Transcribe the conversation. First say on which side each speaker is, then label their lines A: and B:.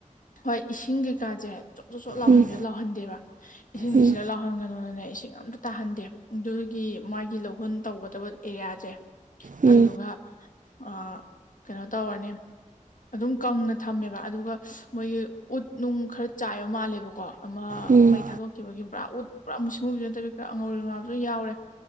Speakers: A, on the left; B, on the right.
A: ꯍꯣꯏ ꯏꯁꯤꯡ ꯀꯩꯀꯥꯖ‌ꯦ ꯖ‌ꯣꯠ ꯆꯣꯠ ꯂꯥꯎꯍꯟꯕꯤꯗ‌ꯣ
B: ꯎꯝ
A: ꯂꯥꯎꯍꯟꯗꯦꯕ ꯏꯁꯤꯡꯁꯤꯗ
B: ꯎꯝ
A: ꯂꯥꯎꯍꯟꯒꯅꯨꯅꯅꯦ ꯏꯁꯤꯡ ꯑꯝꯇ ꯇꯥꯍꯟꯗꯦ ꯑꯗꯨꯒꯤ ꯃꯥꯏꯒꯤ ꯂꯧꯍꯨꯟ ꯇꯧꯒꯗꯕ ꯑꯦꯔꯤꯌꯥꯁꯦ
B: ꯎꯝ
A: ꯑꯗꯨꯗꯨꯒ
B: ꯎꯝ
A: ꯑ ꯀꯩꯅꯣ ꯇꯧꯔꯅꯤ ꯑꯗꯨꯝ ꯀꯪꯅ ꯊꯝꯃꯦꯕ ꯑꯗꯨꯒ ꯃꯣꯏꯒꯤ ꯎꯠ ꯅꯨꯡ ꯈꯔ ꯆꯥꯏꯕ ꯃꯥꯜꯂꯦ ꯀꯣ ꯑꯃ
B: ꯎꯝ
A: ꯃꯩ ꯊꯥꯗꯣꯛꯈꯤꯕꯒꯤ ꯕꯔꯥ ꯎꯠ ꯕꯔꯥ ꯃꯨꯁꯤꯠꯃꯨꯕꯤ ꯅꯠꯇꯕꯤ ꯈꯔ ꯑ ꯉꯧꯔꯤꯉꯥꯥꯡꯁꯨ ꯌꯥꯎꯔꯦ